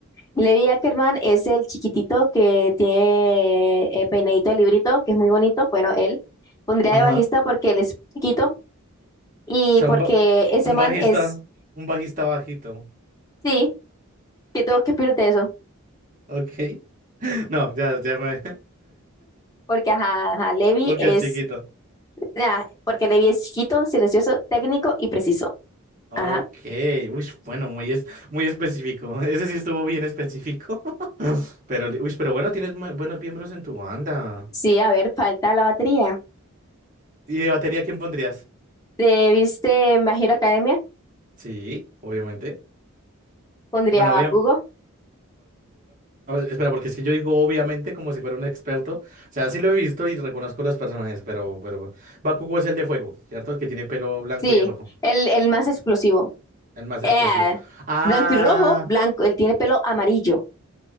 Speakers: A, on the left (about 15°); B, on the right (about 35°).
A: Levi Ackerman es el chiquitito que tiene eh, peinadito de librito, que es muy bonito. Bueno, él pondría
B: Ajá.
A: de bajista porque él es chiquito y
B: O sea,
A: porque
B: un, ba-
A: ese
B: un
A: man
B: bajista,
A: es,
B: un bajista bajito.
A: sí, que tengo que opinar de eso.
B: Ok. <laughs> No, ya, ya me...
A: Porque ajá, ajá, Levi
B: <laughs> Porque
A: es,
B: es chiquito.
A: ah, porque Levi es chiquito, silencioso, técnico y preciso.
B: Ok,
A: Ajá.
B: uy, bueno, muy, es, muy específico. <laughs> Ese sí estuvo bien específico. <laughs> Pero, li- uy, pero bueno, tienes mu- buenos miembros en tu banda.
A: Sí, a ver, falta la batería.
B: ¿Y de batería quién pondrías?
A: ¿Te viste My Hero Academia?
B: Sí, obviamente.
A: Pondría
B: Bueno,
A: a Bakugo.
B: obviamente. espera, porque es que yo digo obviamente como si fuera un experto. O sea, sí lo he visto y reconozco los personajes, pero, pero Bakugo es el de fuego, ¿cierto? El que tiene pelo blanco
A: Sí,
B: y rojo.
A: el, el más explosivo.
B: El más
A: Eh,
B: explosivo. Ah.
A: blanco y rojo, blanco, él tiene pelo amarillo,